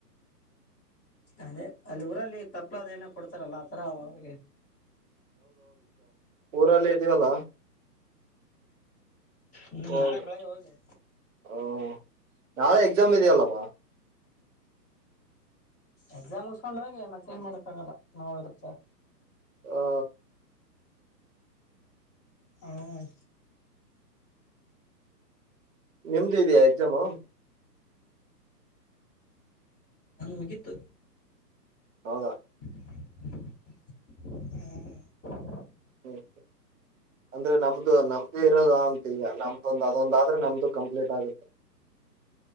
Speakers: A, on the left (about 15°); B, on the right (about 50°).
A: ಅದೇ ಅಲ್ಲೂರಲ್ಲಿ ತಪ್ಪ್ಳ ಅದ್ ಏನೊ ಕೊಡ್ತಾರಲ್ಲ ಆತರ ಹೊಳ್ಗೆ.
B: ಊರಲ್ಲಿದ್ದೀವಲ್ಲ.
A: ಹ್ಮ್
B: ಹೌದು.
A: ನಾಳೆ ಬೆಳಗ್ಗೆ ಹೋಗಿ.
B: ಹ್ಮ್, ನಾಳೆ ಎಕ್ಸಾಮಿದಿಯಲ್ಲಪ್ಪಾ.
A: ಎಕ್ಸಾಮ್ ಮುಗೀಸ್ಸ್ಕೊಂಡೋಗಿ ಮತ್ತೇನ್ ಮಾಡಕ್ಕಾಗಲ್ಲ ನಾವ್ ಇರುತ್ವೆ.
B: ಹಾ
A: ಹ್ಮ್
B: ನಿಮ್ದಿದ್ಯಾ ಎಕ್ಸಾಮು?
A: ನಂದ್ ಮುಗಿತು.
B: ಹೌದಾ?
A: ಹ <inaudible>
B: ಹ್ಮ್ ಅಂದ್ರೆ ನಮ್ಮ್ ದೂ ನಮ್ದು ಇರೋದಾಂತೀಗ ನಮ್ದೊಂದು ಅದೊಂದಾದ್ರೆ ನಮ್ದು ಕಂಪ್ಲೀಟ್ ಆಗುತ್ತೆ.